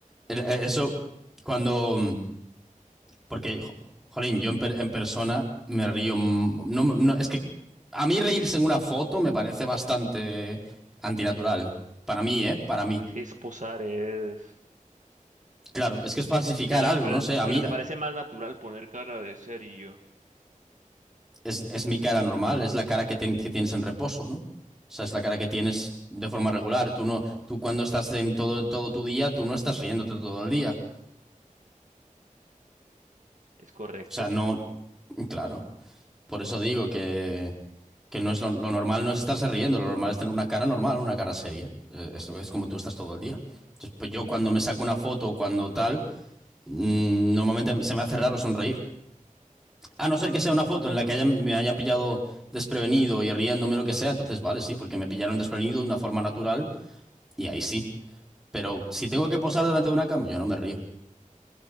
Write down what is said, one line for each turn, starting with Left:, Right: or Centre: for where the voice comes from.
Centre: el- el- Eso, cuando... Porque, jo- jolín, yo en, per- en persona me río. m- No, me- no, es que a mí reírse en una foto me parece bastante antinatural. Para mí, ¿eh? Para mí.
Right: Es que es posar, es...
Centre: Claro, es que es falsificar
Right: Pero,
Centre: algo,
Right: pero,
Centre: no sé. A
Right: pero
Centre: mí
Right: te parece más natural poner cara de serio.
Centre: es, es mi cara normal, es la cara que, ten- que tienes en reposo, ¿no? O sea, es la cara que tienes de forma regular. Tú no, tú cuando estás en todo, todo tu día, tú no estás riéndote todo el día.
Right: Es correcto.
Centre: O sea, no, claro. Por eso digo que. Que no es lo, lo normal no es estarse riendo, lo normal es tener una cara normal, una cara seria. Eh, Esto es como tú estás todo el día. Entonces, pues yo cuando me saco una foto o cuando tal, mm, normalmente se me hace raro sonreír. A no ser que sea una foto en la que hayan- me hayan pillado desprevenido y riéndome o lo que sea, entonces vale, sí, porque me pillaron desprevenido de una forma natural y ahí sí. Pero si tengo que posar delante de una cama, yo no me río.